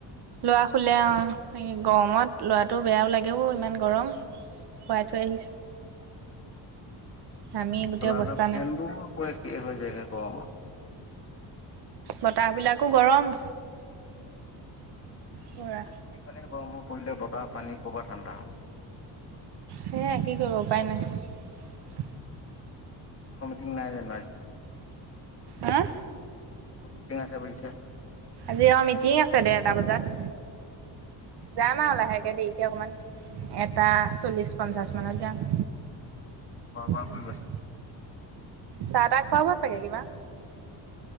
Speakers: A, on the right; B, on the left.
A: লৰা শুলে অ গৰমত লৰাটো বেয়াও লাগেও ইমান গৰম। শুৱাই থৈ আহিছোঁ। ঘামি গোটেই
B: চলালে
A: অৱস্থা
B: ফেন
A: নাই।
B: বোৰ ক একেই হৈ যায় গৰমত
A: বতাহ বিলাকো গৰম পুৰা।
B: প্ৰকৃতিখনে গৰম হৈ পৰিলে বতাহ পানী ক'ৰবাত ঠাণ্ডা হ'ব।
A: সেয়ে কি কৰিব উপায় নাই।
B: গোটৰ মিটিং নাই জানো আজি
A: হা
B: অ মিটিং আছে বুলিছে
A: আজি অ মিটিং আছে দেৰটা বজাত যাম আৰু লাহেকে দেৰিকে অকমান। এটা চল্লিছ পঞ্চাছ মানত যাম।
B: খোৱা বোৱা
A: পঞ্চাশ
B: কৰি হয় ছেনে
A: চাহ তাহ খোৱাব চাগে কিবা।